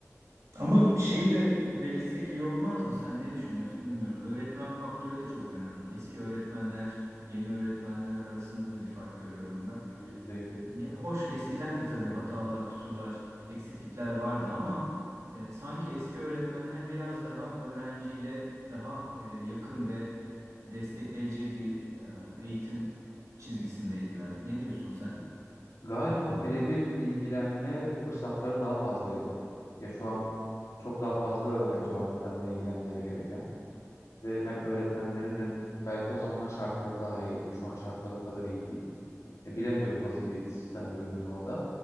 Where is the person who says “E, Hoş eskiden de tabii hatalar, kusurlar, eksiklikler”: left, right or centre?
Right